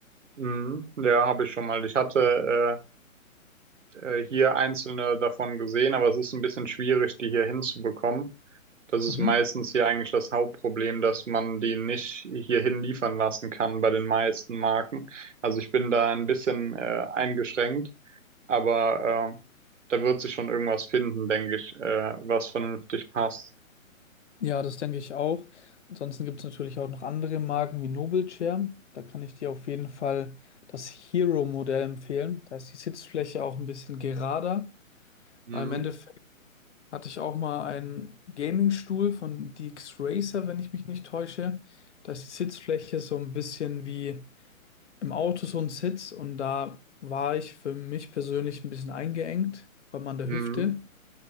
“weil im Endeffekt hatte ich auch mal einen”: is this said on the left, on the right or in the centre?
Left